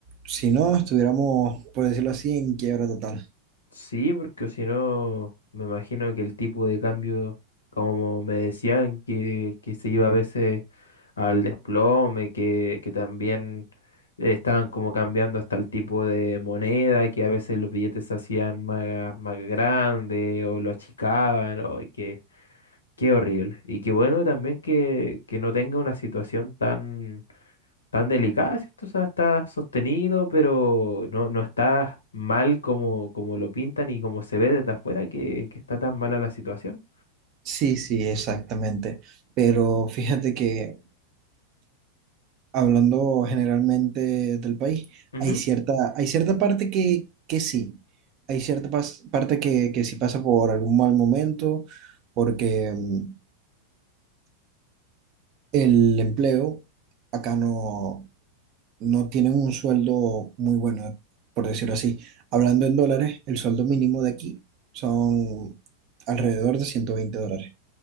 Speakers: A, on the right; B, on the left.
A: si no, estuviéramos, por decirlo así, en quiebra total.
B: Sí, porque si no, me imagino que el tipo de cambio, como me decían, que, que se iba a veces al desplome, que, que también estaban como cambiando hasta el tipo de moneda, que a veces los billetes se hacían más, más grandes o lo achicaban, o, qué, qué horrible. Y qué bueno también que, que no tenga una situación tan tan delicada, ¿cierto? O sea, está sostenido, pero no, no está mal como, como lo pintan y como se ve desde afuera que, que está tan mala la situación.
A: Sí, sí, exactamente. Pero fíjate que hablando generalmente del país,
B: Ujú,
A: hay cierta, hay cierta parte que, que sí, hay cierta pas- parte que, que sí pasa por algún mal momento, porque mm, el empleo acá no, no tienen un sueldo muy bueno, por decirlo así. Hablando en dólares, el sueldo mínimo de aquí son alrededor de 120 dólares.